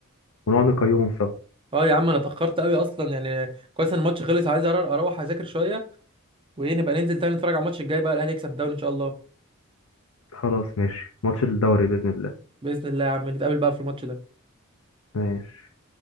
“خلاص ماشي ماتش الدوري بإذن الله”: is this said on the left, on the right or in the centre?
Left